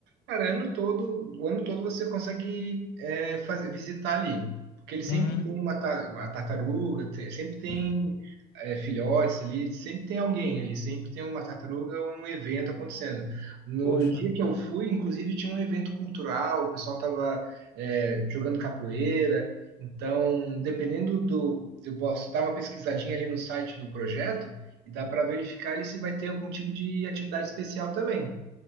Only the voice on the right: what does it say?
Cara, ano todo, o ano todo você consegue é, fazer, visitar ali, porque ele sempre
tem uma, ta- uma tartaruga, tem- sempre tem
é, filhotes ali, sempre tem alguém ali, sempre tem uma tartaruga, um evento acontecendo. No
dia que eu fui, inclusive, tinha um evento cultural, o pessoal estava jogando capoeira, então, dependendo do... Eu posso dar uma pesquisadinha ali no site do projeto e dá para verificar ali se vai ter algum tipo de atividade especial também.